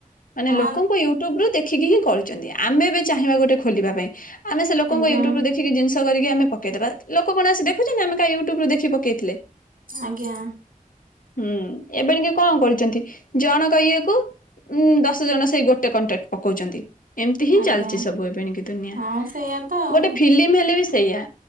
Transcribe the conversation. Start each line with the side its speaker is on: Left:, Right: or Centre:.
Left: ମାନେ
Right: ହଁ
Left: ଲୋକଙ୍କୁ ୟୁ ୟୁଟ୍ୟୁବ ରୁ ଦେଖିକି ହି କରୁଛନ୍ତି ଆମେ ବି ଚାହିଁବା ଗୋଟେ ଖୋଲିବା ପାଇଁ ଆମେ ସେ ଲୋକଙ୍କ
Right: ଆଜ୍ଞା
Left: ୟୁଟ୍ୟୁବ ରୁ ଦେ ଦେଖିକ ଜିଷ କରିକି ଆମେ ପକେଇଦବା ଲୋକ କଣ ଆସି ଦେଖୁଛନ୍ତି ଆମେ କା ୟୁଟ୍ୟୁବ ରୁ ଦେଖି ପକେଇଥିଲେ।
Right: ଆଜ୍ଞା।
Left: ହୁଁ ଏବେ ଟିକେ କଣ କରିଛନ୍ତି ଜଣଙ୍କ ଇଏକୁ। ଉଁ ଦଶ ଜଣ ସେଇ ଗୋଟେ କଣ୍ଟେଣ୍ଟ ପକଉଛନ୍ତି ଏମିତି ହିଁ
Right: ଆଜ୍ଞା
Left: ଚାଲିଛି ସବୁ ଏବେ ଣିକି ଦୁନିଆ।
Right: ହଁ ସେଇଆା ତ ଆଉ।
Left: ଗୋଟେ ଫିଲ୍ମ ହେଲେ ବି ସେଇୟଆ